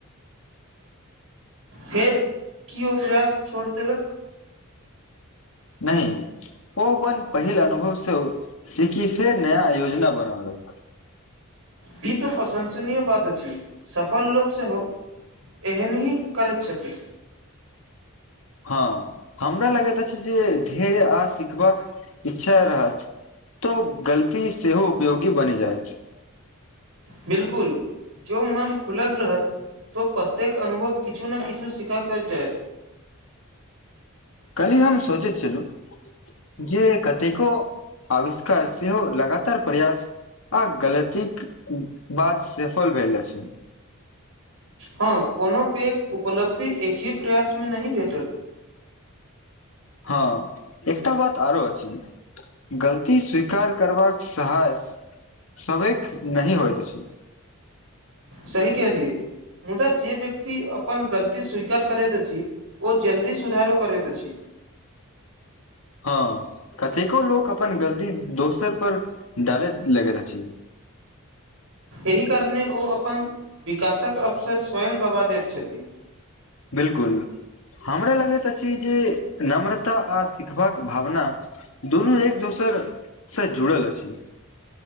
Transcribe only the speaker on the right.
फेर की ओ प्रयास छोड़ि देलक
ई तो प्रशंसनीय बात अछि सफल लोक सेहो एहन ही करिछति
बिल्कुल जो मन खुलल रहत तो प्रत्येक अनुभव किछु ने किछु सीखा कर जायत
हँ कोनो पैघ उपलब्धि एकहि प्रयासमे नहि भेटत
सही कहलियै मुदा जे व्यक्ति अपन गलती स्वीकार करेत अछि ओ जल्दी सुधारो करैत अछि
एहि कारणे ओ अपन विकासक अवसर स्वयं गवा दैत छथि